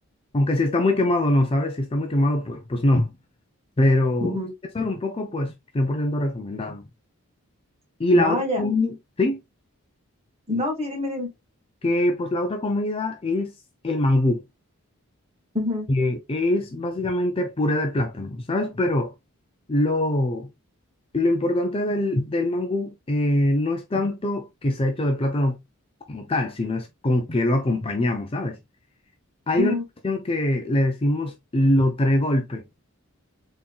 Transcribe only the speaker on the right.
ujú.
Vaya.
No, sí, dime, dime.
Ujú,
ujú.